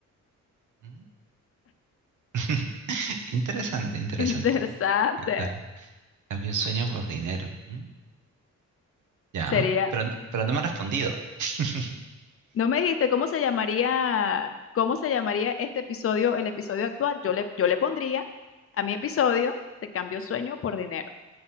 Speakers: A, on the right; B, on the left.
A: Mm. <laughs> Interesante, interesante.
B: <laughs> Interesante.
A: Cambio, cambio sueño por dinero. Mm. Ya,
B: Sería.
A: pero, pero no me han respondido. <laughs>
B: No me dijiste cómo se llamaría, cómo se llamaría este episodio, el episodio actual. Yo le, yo le pondría a mi episodio, te cambio sueño por dinero.